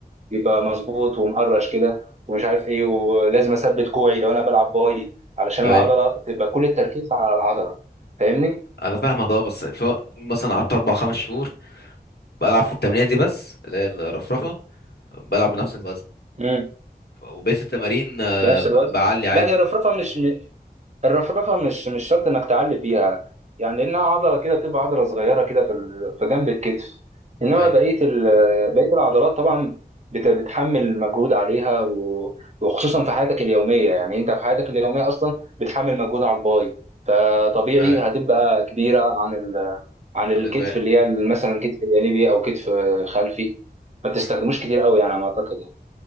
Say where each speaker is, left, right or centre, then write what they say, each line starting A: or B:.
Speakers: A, on the right; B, on the left.
A: يبقى مظبوط ومقرش كده ومش عارف ايه ولازم اثبت كوعي لو انا بلعب باي علشان
B: ايوه
A: العضله تبقى كل التركيز على العضله فاهمني
B: انا فاهمك اه بس في- وق- مثلا قعدت اربع خمس شهور بلعب في التمرينه دي بس اللي هي الرفرفه بلعب بنفس الوزن
A: امم
B: وبقيت التمارين آه،
A: بنفس
B: ب-
A: الوزن
B: بعلي عادي
A: لا هي الرفرفه مش الرفرفه مش مش شرط انك تعلي فيها يعني لانها عضله كده بتبقى عضله صغيره كده في ال- في جنب الكتف انما
B: ايوه
A: بقيه ال- بقيه العضلات طبعا بت- بتحمل مجهود عليها و- وخصوصا في حياتك اليوميه يعني انت في حياتك اليوميه اصلا بتحمل مجهود على الباي فطبيعي
B: ايوه
A: هتبقى كبيره عن ال- عن الكتف
B: عن الباقي
A: اللي هي مثلا كتف جانبي او كتف خلفي ما تستخدموش
B: مم.
A: كتير قوي يعني على ما اعتقد يعني